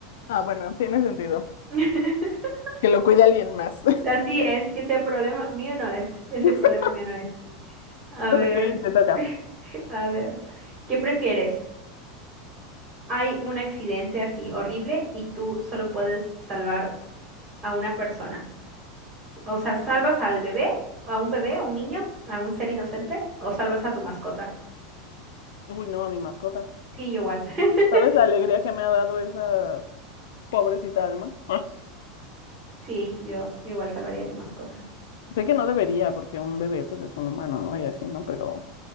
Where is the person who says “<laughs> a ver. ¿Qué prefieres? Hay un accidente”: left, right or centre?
Right